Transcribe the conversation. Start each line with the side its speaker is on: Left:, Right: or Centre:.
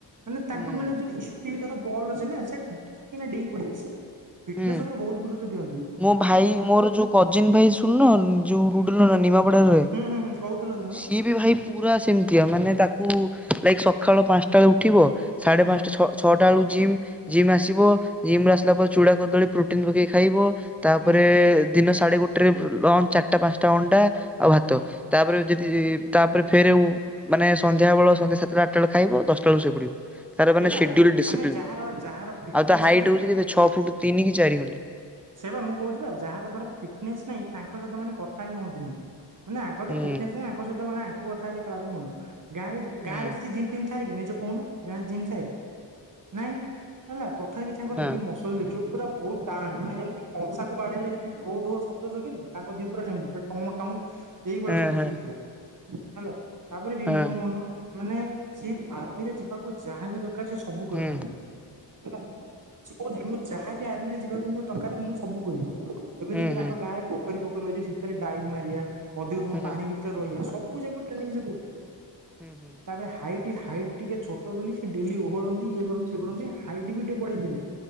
Right: ମାନେ
Centre: ହୁଁ
Right: ତାଙ୍କୁ ମାନେ ଯଦି <unintelligible> ଧର ବଲ୍ ଅଛି ନା ସେ ଫଟ କିନା ଡେଇଁ ପଡିବେ ସିଏ ଫିଟନେସ୍
Centre: ହୁଁ।
Right: ଉପରେ ବୋହୁତ ଗୁରୁତ୍ଵ ଦିଅନ୍ତୁ।
Centre: ମୋ ଭାଇ ମୋର ଯୋଉ କଜିିନ ଭାଇ ଶୁଣୁନ ଯୋଉ
Right: ହୁଁ
Centre: ଗୁଡୁ ନାନା ନିମାପଡାରେ ରହେ।
Right: ହୁଁ ହୁଁ କହୁଥିଲ ହେଦୀନ
Centre: ସିଏ ବି ଭାଇ ପୁରା ସେମିତିଆ ମାନେ ତାକୁ ଲାଇକ୍ ସକାଳ ପାଞ୍ଚଟା ବେଳେ ଉଠିବ ସାଢ଼େ
Right: ହୁଁ
Centre: ପାଞ୍ଚଟା ଛଅ ଛଅଟା ବେଳକୁ ଜିମ୍ ଜିମ୍ ଆସିବ ଜିମ ରୁ ଆସିଲା ପରେ ଚୁଡ଼ା, କଦଳୀ, ପ୍ରୋଟିନ ପକେଇକି ଖାଇବ। ତାପରେ
Right: ହୁଁ
Centre: ଦିନ ସାଢେ ଗୋଟେରେ ଲଞ୍ଚ ଚାରିଟା ପାଞ୍ଚଟା ଅଣ୍ଡା ଆଉ ଭାତ
Right: ହୁଁ
Centre: ତାପରେ ଯଦି ତାପରେ ଫେର ମାନେ ସନ୍ଧ୍ୟାବେଳ ସନ୍ଧ୍ୟା ସାତଟା ଆଠଟା ବେଳେ ଖାଇବ ଦଶଟା ବେଳକୁ ଶୋଇ ପଡିବ। ତାର
Right: ସେ
Centre: ମାନେ
Right: ବା
Centre: ସେଡୁଲ ଡିସିପ୍ଲିନ
Right: ମାନେ ଯାହାର ଯାହାର ଫିଟନେସ୍
Centre: ଆଉ ତା ହାଇଟ୍
Right: ନାହିଁ
Centre: ହଉଛି କେତେ ଛଅ ଫୁଟ ତିନି କି ଚାରି ଖଣ୍ଡେ।
Right: ସେଇ ବା ମୁଁ କହୁଛି ବା ଯାହାର ଧର ଫିଟନେସ ନାଇଁ ତାଙ୍କ ସହିତ ମାନେ କଥା ହିଁ ହୁଅନ୍ତିନି। ମାନେ ଆଙ୍କରତ
Centre: ହୁଁ
Right: ଫିଟନେସ୍ ନାଇଁ ଆଙ୍କ ସହିତ କଥା ହେଲେ ଲାଭ କଣ ଗାଁରେ
Centre: ହୁଁ
Right: ଗାଁ ରେ କିଛି ଜିମ ଜିମ ଥାଏ କି ନିଜେ କହୁନ। ଗାଁ ରେ ଜିମ ଥାଏ? ନାଇଁ ହେଲା ତଥାପି ତାଙ୍କର
Centre: ନା
Right: ଦେଖିବ ମସ ସଲ୍ ଦେଖିବ ପୁରା ବହୁତ ଟାଣ ମାନେ ଯେମିତି କଂସାକୁ ବାଡେଇଲେ ଜେମିତି ଢୋ ଢୋ ଶଦ୍ଦ ସୁବେନି ତାଙ୍କ ଦିହ ପୁରା ସେମିତି ଟଙ୍ଗ ଟଙ୍ଗ ଏଇଭଳିଆ
Centre: ହଁ
Right: ଶବ୍ଦ
Centre: ହଁ
Right: ଶୁବୁଥିଲା। ହେଲା ତାପରେ ବି
Centre: ହଁ
Right: ମୋର ମନ ମାନେ ସେ ଆର୍ମିରେ ଯିବାକୁ ଯାହା ବିି ଦରକାର ସେ ସବୁ କରିଥାନ୍ତେ।
Centre: ହୁଁ
Right: ହେଲା ସେ କହୁଥିଲେ ମୁ ଯାହାବି ଆର୍ମିରେ ଯିବାକୁ ମୋ ଦରକାର ମୁଁ ସବୁ କରିବି। ଏମିତି
Centre: ହୁଁ
Right: କିି
Centre: ହୁଁ
Right: ତାଙ୍କ ଗାଁରେ ପୋଖରି ପୋଖରୀ ଅଛି ସେଥିରେ ଡାଇବ ମାରିବା ଅଧିକ ସମୟ
Centre: ହୁଁ ହୁଁ
Right: ପାଣି ଭି ତରେ ରହିବା ସବୁ ଯାକ ଟ୍ରେନିଂ ସେ କରୁଥିଲେ।
Centre: ହୁଁ ହୁଁ।
Right: ତାପରେ ହାଇଟ ହାଇଟ୍ ଟିକେ ଛୋଟ ବୋଲି ସେ ଡେଲି ଓହଳନ୍ତି ଇଏ କରନ୍ତି ସେ କରନ୍ତି ହାଇଟ୍ ବି ଟିକେ ବଢେଇ ଦେଲେ।